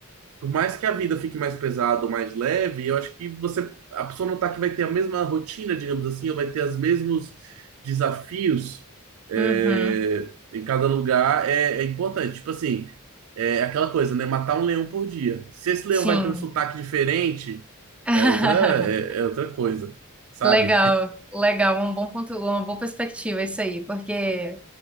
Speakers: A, on the right (about 75°); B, in the centre.
A: Por mais que a vida fique mais pesada ou mais leve, eu acho que você, a pessoa notar que vai ter a mesma rotina, digamos assim, ou vai ter os mesmos desafios é,
B: uhum,
A: em cada lugar é, é importante. Tipo assim, é aquela coisa, né? Matar um leão por dia. Se esse leão
B: sim.
A: vai ter um sotaque diferente,
B: <laughs>
A: é outra, é, é outra coisa, sabe?
B: Legal, legal, um bom ponto, uma boa perspectiva isso aí, porque